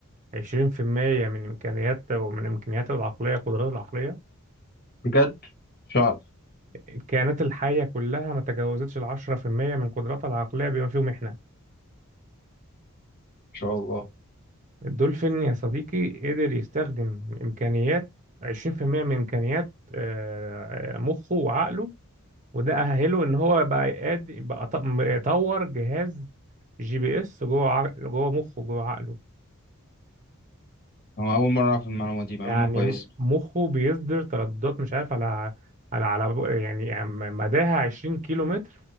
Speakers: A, on the right; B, on the left.
A: 20% من إمكانياته ومن إمكانياته العقلية قدراته العقلية
B: بجد ان مش هعرف
A: الكائنات الحية كلها ما تجاوزتش ال 10% من قدراتها العقلية بما فيهم إحنا
B: شاء الله
A: الدولفين يا صديقي قدر يستخدم إمكانيات 20% من إمكانيات آه، مخه وعقله وده أهله إن هو بقى قادر بقى ط- يطور جهاز جي بي إس جوه عق- جوه مخه جوه عقله
B: أنا أول مرة أعرف المعلومة دي معلومة
A: يعني
B: كويسة
A: م- مخه بيصدر ترددات مش عارف على على على بق- يعني عم- مداها 20 كيلو متر